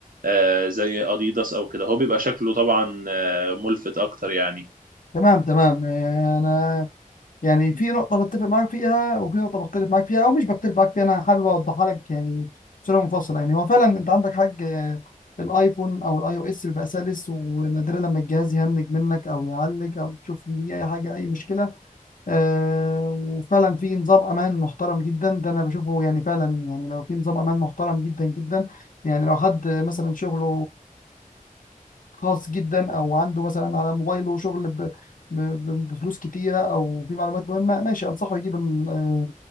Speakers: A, on the right; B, on the left.
A: آه، زي اديداس او كده هو بيبقى شكله طبعا آه، ملفت اكتر يعني
B: تمام تمام آه، انا يعني في نقطة بتفق معاك فيها وفي نقطة بختلف معاك فيها او مش بختلف معاك فيها انا حابب اوضحها لك يعني بصورة منفصلة يعني هو فعلا انت عندك حاج آه، الايفون او الاي او اس بيبقى سلس ونادرا لما الجهاز يهنج منك او يعلق او تشوف فيه اي حاجة اي مشكلة آه، وفعلا في نظام امان محترم جدا ده انا بشوفه يعني فعلا يعني لو في نظام امان محترم جدا جدا يعني لو حد مثلا شغله خاص جدا او عنده مثلا على موبايله شغل ب- ب- ب- بفلوس كتيره او في معلومات مهمه ماشي انصحه يجيب ال- آه،